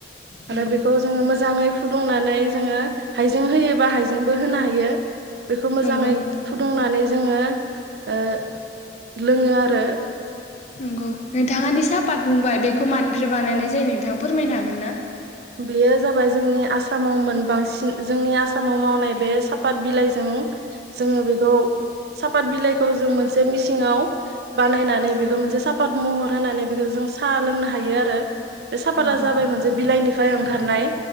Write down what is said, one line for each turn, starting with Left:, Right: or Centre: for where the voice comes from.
Left: नंगौ
Right: आरो बेखौ जोङो मोजाङै फुदुंनानै जोङो हाइजें होयोबा हाइजेंबो होनो हायो। बेखौ मोजाङै
Left: नंगौ नोंथां
Right: फुदुंनानै जोङो ओ लोङो आरो
Left: नंगौ नोंथाङादि सापाट बुंबाय बे खौ मानिफ्राय बानायनाय
Right: औ
Left: जायो नोंथां? फोरमायनो हागोन ना?
Right: बेयो जाबाय जोंनि आसामाव मोनबांसिन जोंनि आसामाव मावनाय बे सापात बिलाइजों जोङो बेखौ सापात बिलाइखौ जों मोनसे मिचिंङाव बानायनानै
Left: नंगौ
Right: बेखौ मोनसे साफात महर होनानै बेखौ जों साह लोंनो हा हायो आरो बे सापादा
Left: नंगौ
Right: जाबाय मोनसे बिलाइनि फाय ओंखारनाय